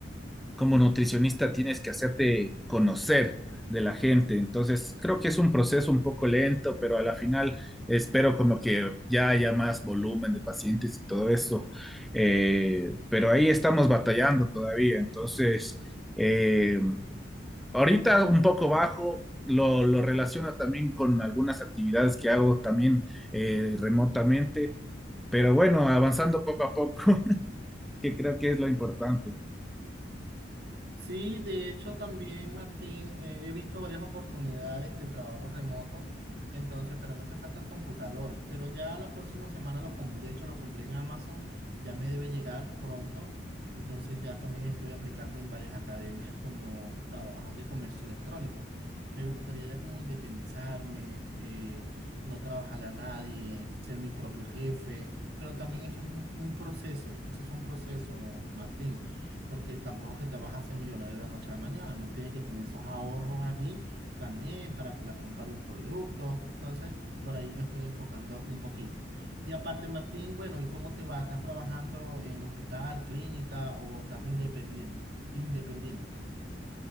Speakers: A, in the centre; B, on the right (about 60°).
A: como nutricionista tienes que hacerte conocer de la gente. Entonces, creo que es un proceso un poco lento, pero a la final espero como que ya haya más volumen de pacientes y todo eso. Eh, pero ahí estamos batallando todavía. Entonces, eh, ahorita un poco bajo. Lo, lo relaciona también con algunas actividades que hago también eh, remotamente, pero bueno, avanzando poco a poco, <laughs> que creo que es lo importante.
B: Sí, de hecho también, Martín, eh, he visto varias oportunidades de trabajo remoto, entonces, pero me hace falta el computador. Pero ya la próxima semana lo compré, de hecho lo compré en Amazon, ya me debe llegar pronto. Entonces ya también estoy aplicando en varias academias como trabajar de comercio electrónico. Me gustaría ya como independizarme, eh, no trabajarle a nadie, ser mi propio jefe, pero también eso es un un proceso, eso es un proceso, Martín porque tampoco es que te vas a hacer millonario de la noche a la mañana, no tienes que tener esos ahorros allí también para la compra de un producto. Entonces, por ahí me estoy enfocando un poquito. Y aparte, Martín, bueno, ¿y cómo te va? ¿Estás trabajando en hospital, clínica o estás de independiente? Independiente, perdón.